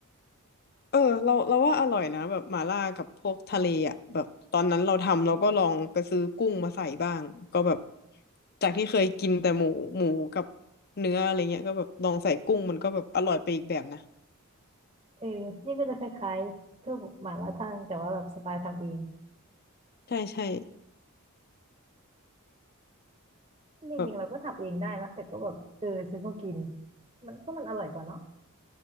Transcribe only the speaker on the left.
เออเราเราว่าอร่อยนะแบบหม่าล่ากับพวกทะเลอ่ะแบบตอนนั้นเราทำเราก็ลองไปซื้อกุ้งมาใส่บ้างก็แบบจากที่เคยกินแต่หมูหมูกับเนื้ออะไรเงี้ยก็แบบลองใส่กุ้งมันก็แบบอร่อยไปอีกแบบนะ
ใช่ใช่
แบบ